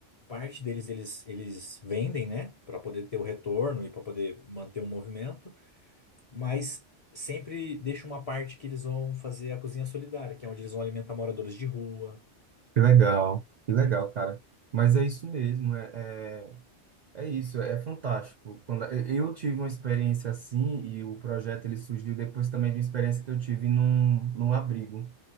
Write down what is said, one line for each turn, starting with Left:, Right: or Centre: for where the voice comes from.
Left: parte deles eles, eles vendem, né, para poder ter o retorno e para poder manter o movimento. Mas sempre deixa uma parte que eles vão fazer a cozinha solidária, que é onde eles vão alimentar moradores de rua.
Right: Que legal, que legal,
Left: né?
Right: cara. Mas é isso mesmo, é, é É isso, é fantástico. Quando eu eu tive uma experiência assim e o projeto ele surgiu depois também de uma experiência que eu tive num, num abrigo.